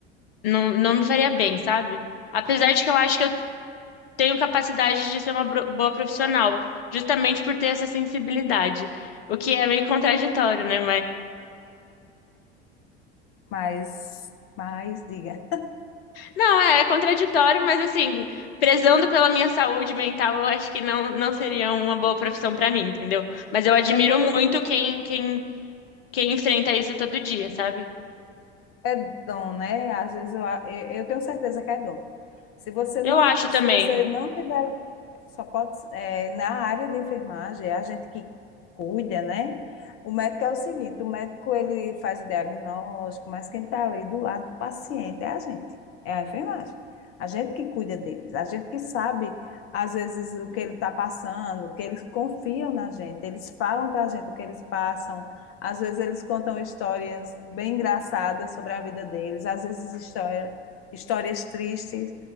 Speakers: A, on the left; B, on the left.
A: não, não me faria bem, sabe? Apesar de que eu acho que eu tenho capacidade de ser uma bro- boa profissional, justamente por ter essa sensibilidade. O que é meio contraditório, né?
B: Mas, mas diga. <laughs>
A: Não, é, é contraditório, mas assim, prezando pela minha saúde mental, eu acho que não, não seria uma boa profissão pra mim, entendeu? Mas eu admiro
B: É por,
A: muito quem, quem, quem enfrenta isso todo dia, sabe?
B: É dom, né? Às vezes eu, a- eu, eu tenho certeza que é dom. Se você
A: Eu
B: não,
A: acho também.
B: se você não tiver, só pode, é, na área de enfermagem, é a gente que cuida, né? O médico é o seguinte, o médico ele faz o diagnóstico, mas quem está ali do lado do paciente é a gente, é a enfermagem. A gente que cuida deles, a gente que sabe, às vezes, o que ele está passando, que eles confiam na gente, eles falam para a gente o que eles passam, às vezes eles contam histórias bem engraçadas sobre a vida deles, às vezes história, histórias tristes,